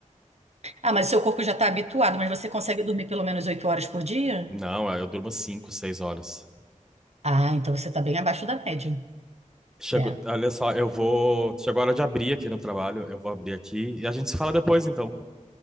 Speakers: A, on the right (about 55°); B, in the centre.
A: Ah, mas seu corpo já está habituado, mas você consegue dormir pelo menos oito horas por dia?
B: Não, eu durmo 5, 6 horas.
A: Ah, então você está bem abaixo da média.
B: Chegou,
A: É.
B: olha só, eu vou. Chegou a hora de abrir aqui no trabalho. Eu vou abrir aqui e a gente se fala depois, então.